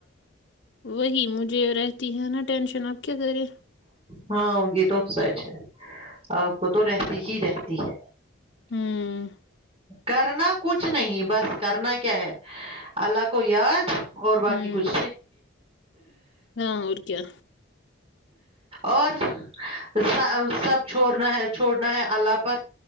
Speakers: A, on the left (about 60°); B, on the right (about 30°).
A: وہی مجھے رہتی ہے نا ٹینشن آپ کیا کریں
B: ہاں یہ تو سچ ہے آپ کو تو رہتی ہی رہتی ہے
A: ہمم
B: <inaudible> کرنا کچھ نہیں بس کرنا کیا ہے اللہ کو یاد اور باقی
A: ہمم
B: کچھ
A: ہاں ر کیا
B: اور س سب چھوڑنا ہے چھوڑنا ہے اللہ پر